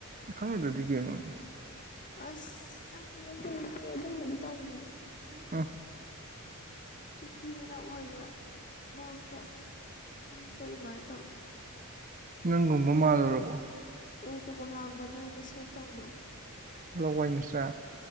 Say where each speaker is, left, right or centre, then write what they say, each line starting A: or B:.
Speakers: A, on the right; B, on the left.
A: ꯏ ꯈꯪ ꯗꯔꯗꯤꯒ ꯑꯣꯏꯅꯅꯣꯅꯦ
B: ꯑꯁ ꯇꯅꯁꯨ ꯑꯗꯨꯝꯕꯗꯤ ꯇꯧꯅꯨꯗ
A: ꯎꯝ
B: ꯆꯤꯟꯊꯤ ꯃꯅꯥ ꯑꯣꯏꯕ ꯉꯥꯡꯕ ꯃꯤꯗ ꯑꯗꯨꯃꯥꯏꯅ ꯇꯧ
A: ꯅꯪꯒꯨꯝꯕ ꯃꯥꯜꯂꯨꯔꯕꯣ
B: ꯑꯣꯏꯗꯕ ꯉꯥꯡꯕ ꯅꯣꯏ ꯃꯁꯦꯟ ꯇꯧꯅꯧ
A: ꯂꯏ ꯃꯤꯁ